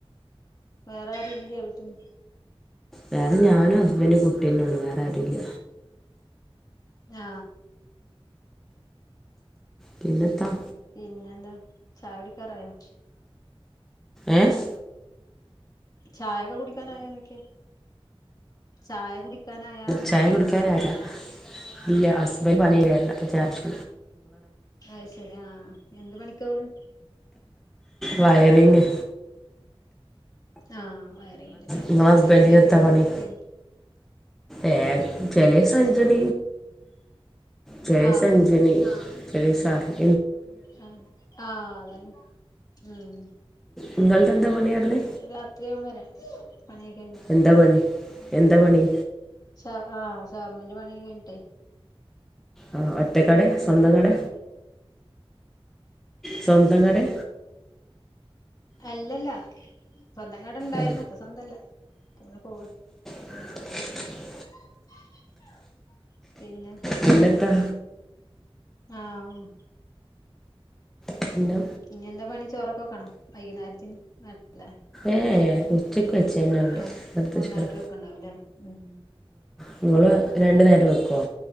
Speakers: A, on the left (about 40°); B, in the centre.
A: വേറെ ആരുല്ലേ വീട്ടില്?
B: വേറെ ഞാനും ഹസ്ബന്റും കുട്ടിയന്നെ ഉള്ളു വേറെ ആരുല്ല.
A: ആ.
B: പിന്നെത്താ.
A: പിന്നെന്താ ചായ കുടിക്കറായൊ?
B: ഏയ്.
A: ചായൊക്കെ കുടിക്കാനായോ ന്നോയ്ക ചായ കുടിക്കാനായൊ ന്നോയ്ക്ക.
B: ചായ കുടിക്കാനായില്ല ഇല്ല ഹസ്ബൻഡ് പണി കഴിഞ്ഞ് വരണം അപ്പൊ ചായ കുടിച്ചു.
A: അത് ശരി ആ എന്ത് പണിക്കാ പോണ്?
B: വയറിംങ്.
A: ആഹ് വയറിംഗ് ഉണ്ടല്ലേ അപ്പൊ
B: നിങ്ങളെ ഹസ്ബൻഡിന്
A: വേഗം വരവോ?
B: എത്താ പണി
A: പിന്നേ
B: ഏ ചെല സംഞ്ജന ചിലോസം
A: ആഹ്
B: അഞ്ച് മണിയാകും ചിലോസം ആറു മണിയാകും.
A: ആഹ് ആഹ് അതന്നെ ഉം
B: നിങ്ങളത് എന്താ പണിയായിരുന്നു
A: ഇവിടുത്തെ രാത്രിയാംവര <unintelligible>
B: എന്താ പണി എന്താ പണി
A: സ ആ ഗവർമെന്റ് പണി കഴിഞ്ഞിട്ടെ
B: ആ ഒറ്റക്കട സ്വന്തം കട
A: ഉം
B: സ്വന്തം കടെ
A: അല്ലല്ല സ്വന്തം കട ഇണ്ടായിരുന്നു
B: ആ
A: ഇപ്പൊ സ്വന്തല്ല അങ്ങനെ പോവ
B: <unintelligible>
A: <unintelligible> പിന്നെ
B: പിന്നെത്താ
A: ആഹ്
B: പിന്ന
A: ഇന്നെഎന്താ പണി ചോറക്ക വക്കണ വൈകുന്നേരത്തിന് വേണല്ലേ
B: ഏ <unintelligible> തന്നെ ഉണ്ട്
A: ആഹ്
B: അടുത്ത
A: ഒന്നായിട്ട്
B: ചോറ
A: വെക്കണ്ടാവല്ലേ ഉം
B: <inaudible>
A: കുട്ടി
B: വെക്കുമോ